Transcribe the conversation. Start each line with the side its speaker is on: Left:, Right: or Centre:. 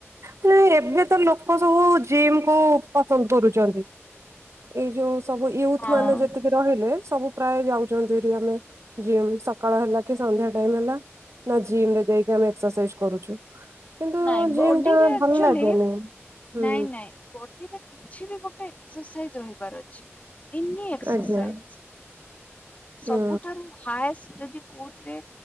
Right: ହେଲେ ଏବେ ତ ଲୋକ ସବୁ ଜିମ୍କୁ <unintelligible> କରୁଛନ୍ତି। ଏଇ ଯୋଉ ସବୁ ୟୁଥମାନେ
Left: ହଁ
Right: ଯେତିକି ରହିଲେ ସବୁ ପ୍ରାୟ ଯାଉଛନ୍ତି। ଏଇଠି ଆମେ ଜିମ୍ ସକାଳ ହେଲା କି ସନ୍ଧ୍ୟା ଟାଇମ୍ ହେଲା, ନା ଜିମରେ ଯାଇକି ଆମେ ଏକ୍ସସର୍ସସାଇଜ୍ କରୁଛୁ। କିନ୍ତୁ
Left: ନାଇଁ।
Right: ଜିମ୍
Left: ବଡିରେ
Right: ଟା
Left: ଆକ୍ଚୁଆଲି।
Right: ଭଲ ଲାଗେନି। ହୁଁ
Left: ନାଇଁ ନାଇଁ, ବଡିରେ କିଛି ବି ଗୋଟେ ଏକ୍ସର୍ସାଇଜ୍ ରହିବାର ଅଛି। ଏନି ଏକ୍ସର୍ସାଇଜ୍।
Right: ଆଜ୍ଞା ହୁଁ।
Left: ସବୁଠାରୁ ହାଷ୍ଟ ଯଦି କୋଉଥିରେ